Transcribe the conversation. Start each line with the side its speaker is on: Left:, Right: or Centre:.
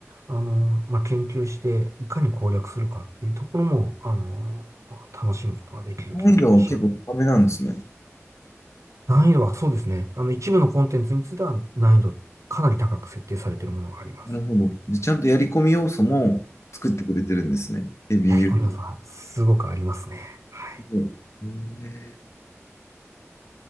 Right: あの、まあ、研究して、いかに攻略するかっていうところも、あの、楽しむことができるゲームにしちゃう。
Left: 難易度は結構高めなんですね。
Right: 難易度はそうですね。あの、一部のコンテンツについては難易度かなり高く設定されているものがあります。
Left: なるほど。で、ちゃんとやり込み要素も作ってくれてるんですね。ヘビーユ
Right: いや、彦宮さん、すごくありますね。はい
Left: ーもえー